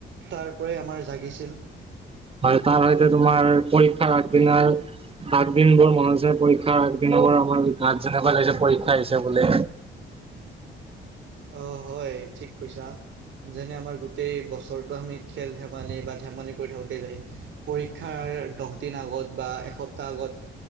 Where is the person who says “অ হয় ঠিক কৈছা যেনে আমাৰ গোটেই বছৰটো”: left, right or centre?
Right